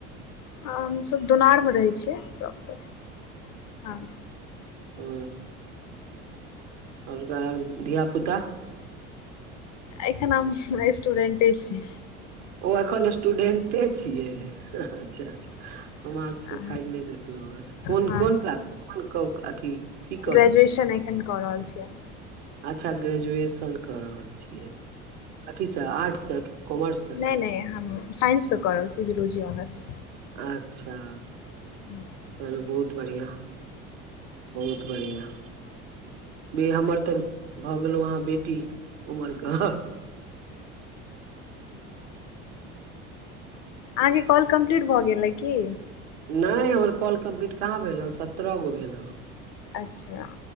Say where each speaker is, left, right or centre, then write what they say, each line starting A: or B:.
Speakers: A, on the left (about 55°); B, on the right (about 85°).
A: हमसभ दुनारमे रहै छियै टॉपर हँ
B: ओ। हम त अहा धिय पुता।
A: एखन हम स्टूडेंटे छी
B: ओ एखन स्टूडेंटे छिये अच्छा
A: <inaudible> <inaudible>
B: हम अहाँके
A: हँ
B: प्रोफाइल नहि देखलहुँ हँ कोन
A: हँ
B: कोन किलास कोन अथी। की कर
A: ग्रेजुएशन एखन क रहल छियै
B: अच्छा ग्रेजुएशन कऽ रहल छियै कथि सँ आर्ट्ससँ कि कॉमर्स
A: नहि
B: सँ
A: नहि हम साइंससँ क रहल छी जुजोलॉजी ऑनर्स।
B: अच्छा।
A: <inaudible>
B: चलू बहुत बढ़िया। बहुत बढ़िया। बे हमर तऽ भऽ गेलहु अहा बेटी। उमरके हँ।
A: आगे काँल कम्प्लीट भऽ गेलै की।
B: नहि हमर कॉल कम्पलीट कह भेल ह सत्रह गो भेल ह।
A: अच्छा